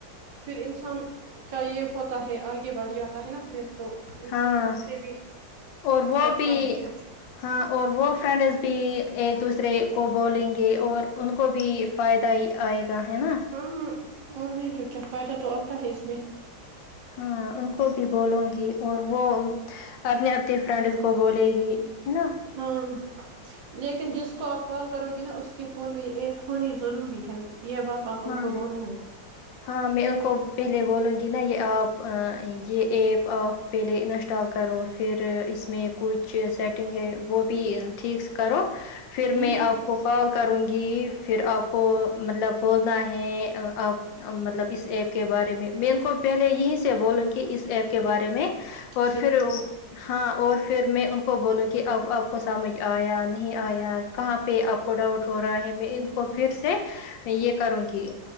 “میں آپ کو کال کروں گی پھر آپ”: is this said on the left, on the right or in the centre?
Left